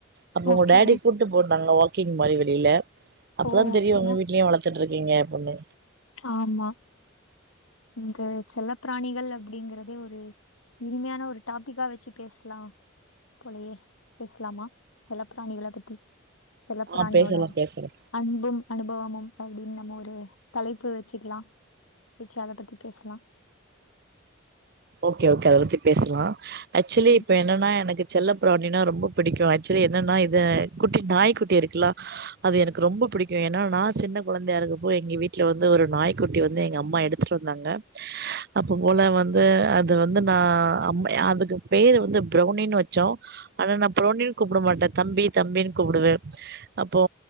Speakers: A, on the right; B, on the left.
A: அப்ப
B: ஓகே
A: உங்க டாடி கூட்டு போய் இருந்தாங்க வாக்கிங் மாரி வெளியில அப்பதா
B: ஓ ஓகே
A: தெரியு உங்க வீட்லயு வளத் த்துட்டு இருக்கீங்க அப்டின்னு
B: ஆமா இங்க செல்ல பிராணிகள் அப்டிங்குறதே ஒரு இனிமையான ஒரு டாபிக்கா வச்சு பேசுலா போலயே பேசுலாமா செல்ல பிராணிகள பத்தி செல்ல பிராணியோட
A: ஆ பேசலா பேசலா
B: அன்பு அனுபவமு அப்டின்னு நம்ம ஒரு தலைப்பு வச்சுக்குலா வச்சு அத பத்தி பேசலா
A: ஓகே ஓகே அத பத்தி பேசலா ஆக்சுலி
B: ஆமா
A: இப்ப என்னெனா எனக்கு செல்ல பிராணினா ரொம்ப பிடிக்கும் ஆக்சுலி என்னெனா இது குட்டி நாய்க் குட்டி இருக்குலா அது எனக்கு ரொம்போ பிடிக்கும் ஏன்னா நா சின்ன குழந்தையா இருக்கப்போ எங்க வீட்ல வந்து ஒரு நாய்க் குட்டி வந்து எங்க அம்மா எடுத்து வந்தாங்க அப்ப போல வந்து அது வந்து நா அம் அதுக்கு பேரு வந்து பிரௌனினு வச்சோ ஆனா நா பரளெனின்னு கூப்ட மாட்ட தம்பி தம்பின்னு கூப்புடுவ அப்போ